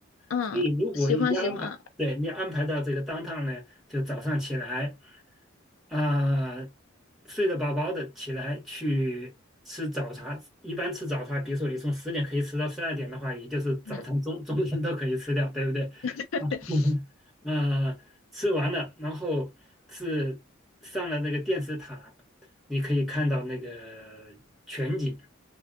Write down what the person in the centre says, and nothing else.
所以如果一安排。
对你安排到这个当趟呢，就早上起来，啊、睡得饱饱的起来去吃早茶。一般吃早茶，比如说你从十点可以吃到十二点的话，也就是早餐中、
中餐都可以吃掉，对不对？
<laughs> 呃，吃完了，然后是上了那个电视塔，你可以看到那个全景。